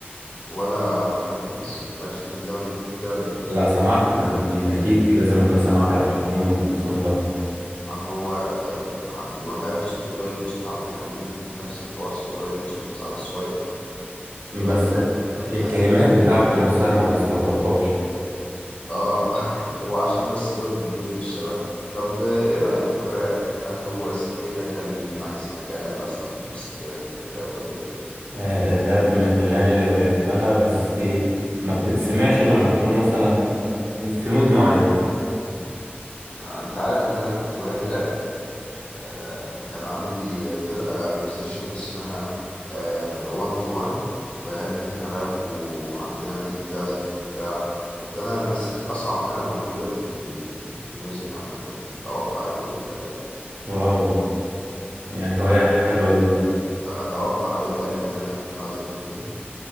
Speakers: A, on the left (about 30°); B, on the right (about 80°).
A: ولا عبد الحليم حافظ مالكش في الزمن الجميل ده ولا إيه؟
B: لا سمعت يعني اكيد لازم اكون سمعت لعبد الحليم وام كلثوم طبعا
A: ما هو آم، عبد الوهاب صوته قريب من صوت عبد الحليم نفس الحوار صوته قريب من صوت سعد الصغير ولا
B: بس
A: انت
B: الكلمات
A: ما حسيتش ب-
B: بتاعته نفسها ما بستلطفهاش
A: اه ما <laughs> هو عشان بس لون لون مش شبه طب آه، ايه رأيك في الراب هل هو سكتك هل بيجي معاك سكة هل اصلا مش سكتك حتة الراب ولا إيه الدنيا
B: آه، الراب من الأغاني اللي بحبها بس ما بتتسمعش إلا لما تكون مثلا في مود معين
A: آه، انت عارف اللي انا كنت بغني راب آه، كان عندي آه، فرقة ميوزيشن اسمها وان تو وان بغني فيها راب وعندنا ناس بتعزف وبتاع كنت أنا ماسك أصعب آلة موجودة في ال- في المي- في الميوزك عامة توقع إيه هي كده الآلة
B: واو يعني هواية
A: يعني
B: حلوة جدا
A: أتوقع إيه الآلة كده اللي أنا كنت بعزفها كده